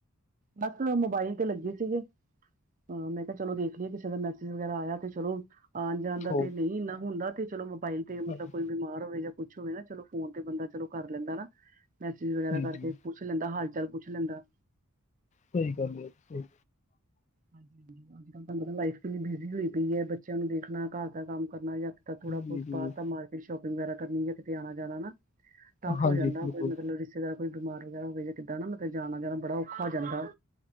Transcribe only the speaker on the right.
ਬਸ ਮੋਬਾਈਲ ਤੇ ਲੱਗੇ ਸੀਗੇ। ਹਾਂ ਮੈਂ ਕਿਹਾ ਚਲੋ ਦੇਖ ਲਈਏ ਕਿਸੇ ਦਾ ਮੈਸੇਜ ਵਗੈਰਾ ਆਇਆ ਤੇ ਚਲੋ ਆਣ ਜਾਣ ਦਾ
ਤੇ ਨਹੀਂ ਇੰਨਾ ਹੁੰਦਾ ਤੇ ਚਲੋ ਫਾਈਲ ਤੇ ਮਤਲਬ
ਕੋਈ ਬਿਮਾਰ ਹੋਵੇ ਜਾਂ ਕੁਛ ਹੋਵੇ ਨਾ ਚਲੋ ਫੋਨ ਤੇ ਬੰਦਾ ਚਲੋ ਕਰ ਲੈਂਦਾ ਨਾ। ਮੈਸੇਜ ਵਗੈਰਾ
ਕਰਕੇ
ਪੁੱਛ ਲੈਂਦਾ ਹਾਲ ਚਾਲ ਪੁੱਛ ਲੈਂਦਾ।
ਹਾਂਜੀ, ਹਾਂਜੀ ਅੱਜ ਕਲ ਤਾਂ ਮਤਲਬ ਲਾਈਫ ਕਿੰਨੀ ਬਿਜ਼ੀ ਹੋਈ ਪਈ ਹੈ ਬੱਚਿਆਂ ਨੂੰ ਦੇਖਣਾ ਘਰ ਦਾ ਕੰਮ ਕਰਨਾ ਜਾਂ ਤਾਂ ਥੋੜਾ
ਬਹੁਤ <unintelligible> ਤਾਂ ਮਾਰਕੀਟ ਸ਼ੋਪਿੰਗ ਵਗੈਰਾ ਕਰਨੀ ਏ ਕਿਤੇ ਆਣਾ ਜਾਣਾ ਨਾ। ਟਫ
ਹੋ ਜਾਂਦਾ
ਕੋਈ ਮਤਲਬ ਕਿਸੇ ਦਾ ਕੋਈ ਬਿਮਾਰ ਵਗੈਰਾ ਹੋਵੇ ਜਾਂ ਕਿੱਦ ਨਾ ਮਤਲਬ ਜਾਨਾ ਜਾਨਾ ਬੜਾ ਔਖਾ ਹੋ ਜਾਂਦਾ।